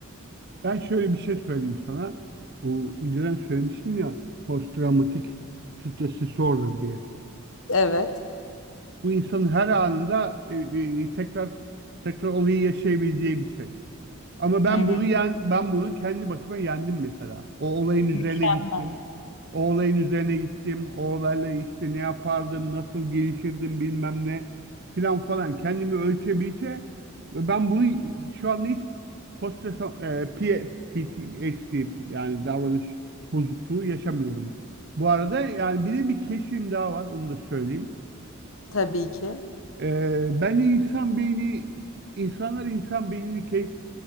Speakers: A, on the right; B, on the left.
A: Ben şöyle bir şey söyleyeyim sana. Bu önceden söylemiştim ya posttraumatik stres disorder diye.
B: Evet.
A: Bu insanın her anında e, e, tekrar tekrar olayı yaşayabileceği bir şey. Ama ben
B: Hı hı.
A: bunu yen, ben bunu kendi başıma yendim mesela. O olayın üzerine
B: Mükemmel.
A: gittim. O olayın üzerine gittim. O olayla işte ne yapardım, nasıl gelişirdim bilmem ne filan falan. Kendimi ölçebilse ve ben bunu şu anda hiç post PTSD yani davranış bozukluğu yaşamıyorum. Bu arada yani bir de bir keşfim daha var onu da söyleyeyim.
B: Tabii ki.
A: E, bence insan beyni, insanlar insan beynini ke-